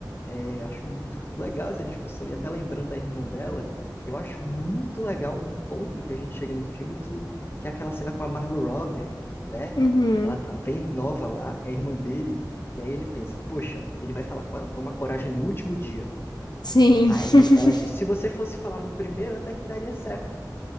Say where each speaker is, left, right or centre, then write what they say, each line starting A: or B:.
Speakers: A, on the left (about 30°); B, on the left (about 70°).
A: É, acho muito legal essa discussão, e até lembrando da irmã dela, eu acho muito legal um ponto que a gente chega no filme que, que é aquela cena com a Margot Robbie, né?
B: uhum.
A: Ela tá bem nova lá, é irmã dele, e aí ele pensa, poxa, ele vai falar com ela, toma coragem no último dia.
B: Sim,
A: Aí
B: <laughs>
A: ela diz: se você fosse falar no primeiro, até que daria certo.